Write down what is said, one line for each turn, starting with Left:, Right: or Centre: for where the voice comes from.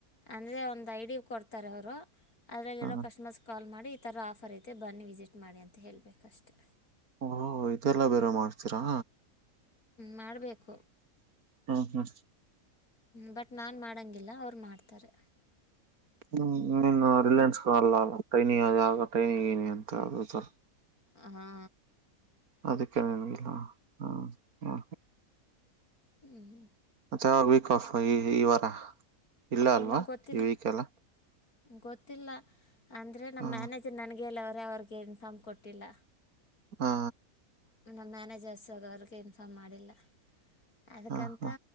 Left: ಅಂದ್ರೆ ಒಂದು ಐಡಿ ಕೊಡ್ತಾರೆ ಅವರು ಅದ್ರಲ್ಲಿ
Right: ಹ
Left: ಇರೋ ಕಸ್ಟಮರ್ಸ್ ಕಾಲ್ ಮಾಡಿ ಥರ ಆಫರ್ ಐತೆ ಬನ್ನಿ ವಿಸಿಟ್ ಮಾಡಿ ಅಂತ ಹೇಳಳ್ಬೇಕಷ್ಟೆ
Right: ಹೋ ಇದೆಲ್ಲ ಬೇರೆ ಮಾಡ್ತೀರಾ
Left: ಮಾಡ್ಬೇಕು
Right: ಹ್ಮ ಹಾ
Left: ಬಟ್ ನಾನು ಮಾಡಂಗಿಲ್ಲ ಅವ್ರು ಮಾಡ್ತಾರೆ
Right: ಹ್ಮ್ ಇನ್ನು ರಿಲಯನ್ಸ್ ಅಲ್ಲ ಅಲ್ಲಾ ಟ್ರೈನಿಂಗ್ ಅದ್ಯಾವುದೋ ಟ್ರೈನಿ ಗಿನಿ ಅಂತ ಅ ಸರ್
Left: ಹಾ
Right: ಅದಕ್ಕೆನಲ್ಲ ಹ್ಮ ಹಾ
Left: ಹ್ಮ್ ಹ್ಮ
Right: ಮತ್ತೆ ವೀಕ್ ಆಫ್ ಈ ಈ ವಾರ ಇಲ್ಲ ಅಲ್ವಾ
Left: ಇನ್ನುೂ ಗೊತ್ತಿಲ್ಲ
Right: ಈ ವೀಕ್ ಎಲ್ಲ
Left: ಗೊತ್ತಿಲ್ಲ ಅಂದ್ರೆ ನಮ್ಮ
Right: ಹಾ
Left: ಮ್ಯಾನೇಜರ್ ನನ್ಗೆ ಹೇಳವರೇ ಡ್ರೈವರಿಗೆ ಇನ್ಫಾರ್ಮ್ ಕೊಟ್ಟಿಲ್ಲ
Right: ಹಾ
Left: ನಮ್ಮ ಮ್ಯಾನೇಜರ್ಸ್ ಅವ್ರಿಗೆ ಇನ್ಫಾರ್ಮ್ ಮಾಡಿಲ್ಲ ಅದ್ಕಂತ
Right: ಹಾ ಹಾ